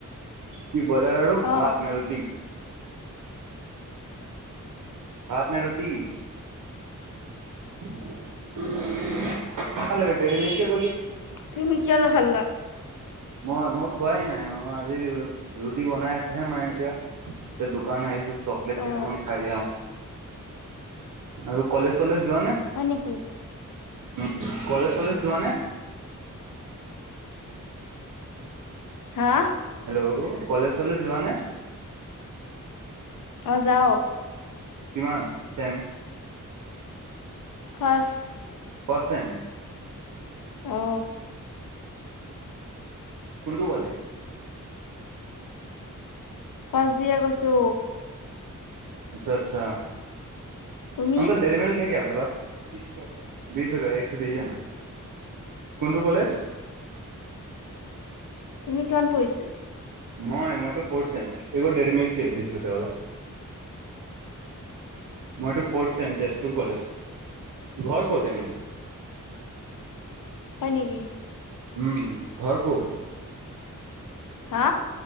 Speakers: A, on the right; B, on the left.
A: কি বজাৰ আৰু
B: অ
A: হাত <unintelligible> ভাত নে ৰুটি? <unintelligible>
B: তুমি কিহল খাল্লা।
A: মই মই খোৱাই নাই ম আজি ৰু ৰুটি বনাই আছেহে মায়ে এতিয়া। দোকান আহিছো চকলেট
B: অ
A: কেইটামান খাই যাওঁ আৰু কলেজ চলেজ যোৱা নে
B: হয় নেকি
A: উ কলেজ চলেজ যোৱা নে।
B: হা।
A: আও' কলেজ চলেজ যোৱা নে
B: অ যাও
A: কিমান চেম।
B: ফাৰ্চ
A: ফৰ্থচেম।
B: অ
A: কোনটো কলে।
B: ফচ দিয়ে কৈছো।
A: আচ্ছা আচ্ছা
B: তুমি
A: আংকল ডেৰি মেল্ক হে কিয়া আপকে পাছ। বিছ ৰুপীয়া বিছ ৰুপীয়া একথু দিজীয়ে না কোনটো কলেজ।
B: তুমি কিমান পঢ়িছা।
A: মই মইটো ফৰ্থছেম এগৌ দেৰি মিল্ক দে বিছ ৰুপীয়া ৱালা। মইটো ফৰ্থ চেম তেজপুৰ কলেজ ঘৰ কত এনে।
B: <inaudible> নিকি
A: উম ঘৰ ক'ত।
B: হা।